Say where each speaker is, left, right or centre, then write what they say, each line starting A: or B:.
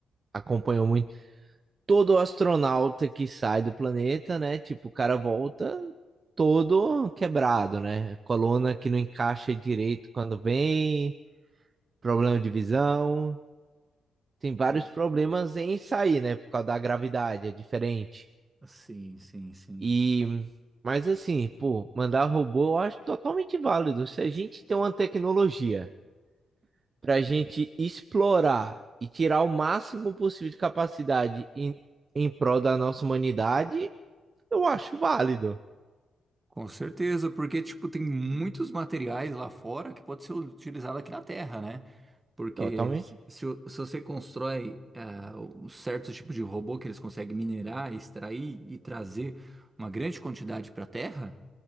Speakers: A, on the right; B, on the right.
A: acompanhou muito, todo astronauta que sai do planeta, né? Tipo, o cara volta todo quebrado, né? Coluna que não encaixa direito quando vem, problema de visão. Tem vários
B: Com-
A: problemas em sair, né? Por causa da gravidade, é diferente.
B: Sim, sim, sim.
A: E, mas assim, pô, mandar robô eu acho totalmente válido. Se a gente tem uma tecnologia para gente explorar e tirar o máximo possível de capacidade em, em prol da nossa humanidade, eu acho válido.
B: Com certeza, porque tipo tem muitos materiais lá fora que pode ser utilizado aqui na Terra, né? Porque
A: Totalmente.
B: se, o- se você constrói ah, um certo tipo de robô que eles conseguem minerar, extrair e trazer uma grande quantidade para a Terra,